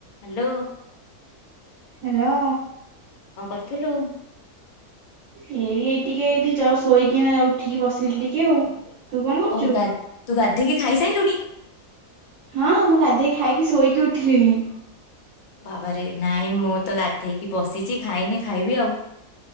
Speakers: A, on the left; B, on the right.
A: Hello.
B: Hello.
A: କଣ କରଥୁଲୁ?
B: ଏଇ ଏଇ ଟିକେ ଏଇଠି ଜ ଶୋଇକି ଏନାକା ଉଠିକି ବସିଲି ଟିକେ ଆଉ ତୁ କଣ କରଚୁ?
A: ଓ ଗା ତୁ ଗାଧେଇକି ଖାଇସାଇଲୁଣି?
B: ହଁ ମୁଁ ଗାଧେଇ ଖାଇକି ଶୋଇକି ଉଠିଲିଣି।
A: ବାବାରେ ନାଇଁ ମୁଁ ତ ଗାଧେଇକି ବସିଚି ଖାଇନି ଖାଇବି ଆଉ।